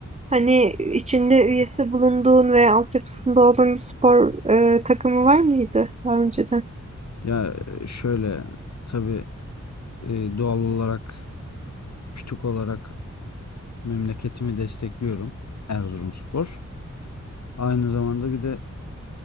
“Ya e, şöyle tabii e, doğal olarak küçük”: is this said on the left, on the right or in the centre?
Left